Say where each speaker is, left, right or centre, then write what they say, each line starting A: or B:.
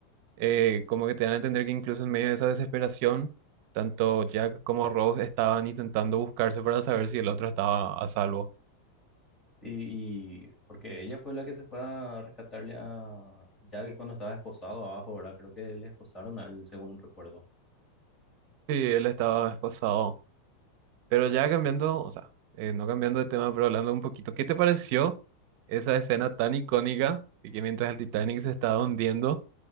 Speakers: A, on the right; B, on the left.
A: eh, como que te dan a entender que incluso en medio de esa desesperación, tanto Jack como Rose estaban intentando buscarse para saber si el otro estaba a salvo.
B: Sí, y porque ella fue la que se fue a rescatarle a Jack cuando estaba esposado abajo, ¿verdad? Creo que le esposaron a él, según recuerdo.
A: Sí, él estaba esposado. Pero ya cambiando, o sea, eh, no cambiando de tema, pero hablando un poquito, ¿qué te pareció esa escena tan icónica y que mientras el Titanic se estaba hundiendo,